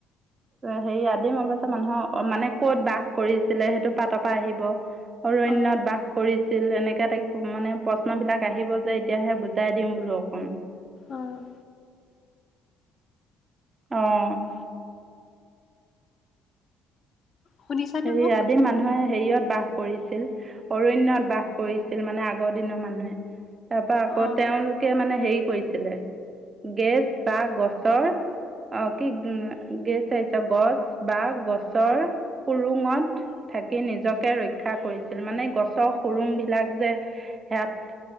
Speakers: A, on the right; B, on the left.
A: হেৰি, আদিম অৱস্থা মানুহৰ মানে কত বাস কৰিছিলে সেইটো পাতৰ পৰা আহিব। অৰণ্যত
B: অ
A: বাস কৰিছিল, এনেকে টাইপৰ মানে প্ৰশ্ন বিলাক আহিব যে এতিয়াহে বুজাই দিওঁ বোলো অকণ।
B: অ
A: অৱ।
B: শুনিছানে
A: হেৰি,
B: মোক?
A: আদিম মানুহে হেৰিয়ত বাস কৰিছিল, অৰণ্যয়ত বাস কৰিছিল মানে আগৰ দিনৰ মানুহে তাৰ পৰা আকৌ
B: অ',
A: তেওঁলোকে মানে হেৰি কৰিছিলে, গেছ বা গছৰ আহ', কি গেছ আহিছিলে গছ বা গছৰ সুৰুঙত থাকি নিজকে ৰক্ষা কৰিছিল মানে, গছৰ সুৰুং বিলাক যে, ইয়াত